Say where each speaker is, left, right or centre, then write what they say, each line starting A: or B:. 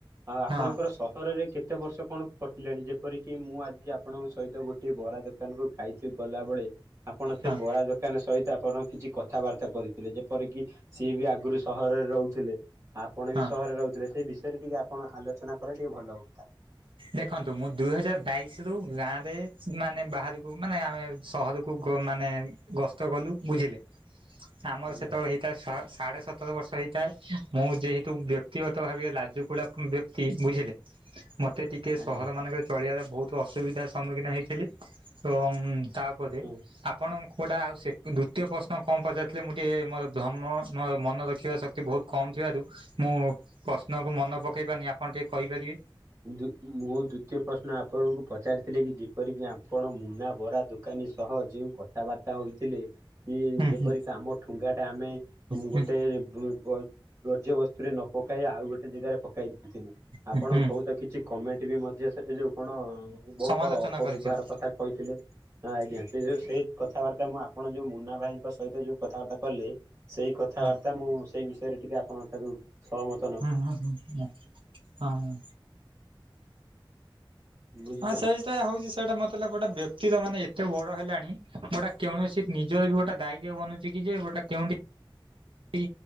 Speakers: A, on the right; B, on the right.
A: ଆଉ ଆପଣଙ୍କର
B: ହଁ
A: ସହରରେ କେ କେତେ ବର୍ଷ କଣ କଟିଲାଣି? ଯେପରିକି ମୁଁ ଆଜି ଆପ ଆପଣଙ୍କ ସହିତ ଗୋଟିଏ ବରା ଦୋକାନକୁ ଖାଇଛୁ ଗଲାବେଳେ ଆପଣ ସେ
B: ହଁ
A: ବରା ଦୋକାନୀ ସହିତ ଆପଣଙ୍କ କିଛି କଥାବାର୍ତ୍ତା କରିଥିଲେ। ଯେପରକିି ସିଏ ବି ଆଗରୁ ସହରରେ ରହୁଥିଲେ। ଆପଣ ବି
B: ହଁ
A: ସହରରେ ରହୁଥିଲେ। ସେଇ ବିଷୟରେ ଟିକେ ଆପଣ ଆଲୋଚନା କଲେ ଟିକେ ଭଲ ହୁଅନ୍ତା।
B: ଦେଖନ୍ତୁ ମୁଁ ଦୁଇ ହଜାର ବାଇଶ ରୁ ଗାଁ ରେ ମାନେ ବାହାରକୁ ମାନେ ଆମେ ସହରକୁ ଗ ମାନେ ଗସ୍ତ କଲୁ ବୁଝିଲେ। ଆମର
A: ଆଜ୍ଞା
B: ସେତେବେଳେ ହେଇ ତା ସ ସାଢ଼େ ସତର ବର୍ଷ ହେଇଥାଏ, ମୁଁ ଯେହେତୁ ବ୍ୟକ୍ତିଗତ ଭାବରେ ଲାଜକୁଳା କ ବ୍ୟକ୍ତି ବୁଝିଲେ ମତ ମତେ ଟିକେ ସହରମାନଙ୍କରେ
A: ଆଜ୍ଞା
B: ଚଳିବାର ବହୁତ ଅସୁବିଧା ସମ୍ମୁଖୀନ ହେଇଥିଲି। ତ ଉଁ ତା ତାପରେ
A: ହୁଁ।
B: ଆପଣ କୋଉଟା ଆଉ ସେକ ଦ୍ୱିତୀୟ ପ୍ରଶ୍ନ କଣ ପଚାରିଥିଲେ? ମୁଁ ଟିକି ମୋର ଭ୍ରମ ମୋର ମନ ରଖିବାର ଶକ୍ତି ବହୁତ କମ୍ ଥିବାରୁ ମୁଁ ପ୍ରଶ୍ନକୁ ମନ ପକାଇ ପାରୁନି ଆପଣ ଟିକେ କହିପାରିବେ?
A: ଦ୍ୱି ମୁଁ ଦ୍ଵିତୀୟ ପ୍ରଶ୍ନ ଆପଣଙ୍କୁ ପଚାରିିଥିଲି କି ପରିକି ଆପଣ ମୁନା ବରା ଦୋକ ଦୋକାନୀ ସହ ଯେଉଁ କଥାବାର୍ତ୍ତା ହୋଇଥିଲେ କି
B: ହୁଁ
A: ଯେପରିକି
B: ହୁଁ
A: ଆମ ଠୁଙ୍ଗାଟା ଆମେ ମୁଁ
B: ହୁଁ
A: ଗୋଟେ ବୃ ବ ବର୍ଜ୍ୟବସ୍ତୁରେ ନ ପକାଇ ଆଉ ଗୋଟେ ଜେଗାରେ ପକାଇ ଦେଇଥିଲି। ଆପଣ
B: ହୁଁ ହୁଁ
A: ବହୁତ କିଛି କମେଣ୍ଟ ବି ମଧ୍ୟ ସେ ଏ ଯୋଉ କଣ ବହୁତ
B: ସମାଲୋଚନା
A: ଅପବ୍ୟବହାର
B: କରିଥିଲି
A: କଥା କହିଥିଲେ। ହଁ ଆଜ୍ଞା ସେ ଯୋଉ ସେଇ କଥାବାର୍ତ୍ତା ମୁଁ ଆପଣ ଯୋଉ ମୁନା ଭାଇଙ୍କ ସହିତ ଯୋଉ କଥାବାର୍ତ୍ତା କଲି ସେଇ କଥାବାର୍ତ୍ତା
B: ହଁ।
A: ମୁଁ ସେଇ ବିଷୟରେ ଟିକେ ଆପଣଙ୍କ ଠାରୁ ସହମ
B: ହୁଁ ହୁଁ ହଁଁ ହଁ।
A: ବୁଝୁଛନ୍ତି
B: ହଁ ସେଇ ଟା ହଉଛି ସେଇଟା ମତେ ଲା ଗୋଟେ ବ୍ୟକ୍ତିରମାନେ ଏତେବଡ ହେଲାଣି ଗୋଟେ କୌଣସି ନିଜର ବି ଗୋଟେ ଦାୟିତ୍ୱ ବନୁ ଠିକି ଯେ ଘରଟା କେଉଁଠି କି